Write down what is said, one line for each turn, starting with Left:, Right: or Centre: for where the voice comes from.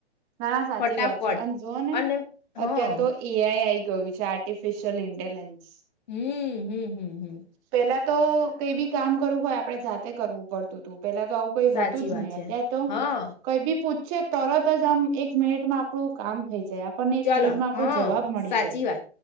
Right: ના સાચી
Left: ફટાફટ
Right: વાત છે અને જોુઓ ને
Left: અને હા
Right: અતાર તો એઆઈ આઈ ગયું છે આર્ટિફિશિયલ ઇન્ટેલિજન્સ
Left: <inaudible>
Right: પેલા તો કઈ બી કામ કરવું હોય આપણે જાતે કરવું પડતું તું. પેલા તો આવું કઈ
Left: સાચી
Right: હતું જ
Left: વાત
Right: નહીં,
Left: છે
Right: અત્યારે તો
Left: હા
Right: કઈ બી પૂ છે તરત જ આમ એક મિનિટમાં આપડું કામ થઈ જાય આપણને એક
Left: ચાલો,
Right: મિનિટમાં આપણો
Left: હા.
Right: જવાબ મળી
Left: સાચી
Right: જાય
Left: વાત.